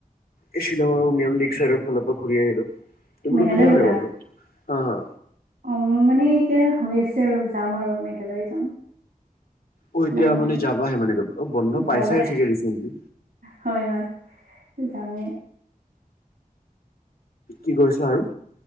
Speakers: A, on the left (about 80°); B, on the right (about 80°).
A: এই শ্বিলং নিয়ম নিক চাইডৰ ফালৰপৰা ঘূৰি আহিলো, তুমি
B: মেঘালয়
A: কতো যোৱা
B: গ'লা
A: নাই বন্ধত? হা হা
B: অ মোৰ মানে এতিয়া হৈ আছে আৰু যাম আৰু মেঘালয় যাম।
A: অ
B: শ্বিলঙৰ
A: এতিয়া মানে
B: ফালে
A: যাবাহে মানে, অ বন্ধ পাইছা
B: যাবা
A: হে চাগে ৰিচেন্টলি?
B: হয় হয়। যামে
A: কি কৰিছা আৰু?